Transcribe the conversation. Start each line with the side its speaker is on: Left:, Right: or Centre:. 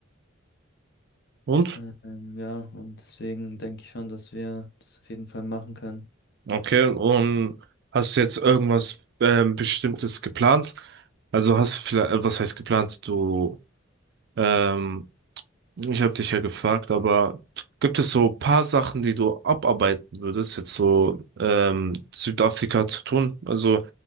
Right: Und?
Left: Ähm, ja, und deswegen denke ich schon, dass wir das auf jeden Fall machen können.
Right: Okay, und hast du jetzt irgendwas ähm, Bestimmtes geplant? Also hast du vielleicht, äh, was heißt geplant? Du ähm, Ich habe dich ja gefragt, aber gibt es so paar Sachen, die du abarbeiten würdest, jetzt so ähm, Südafrika zu tun? Also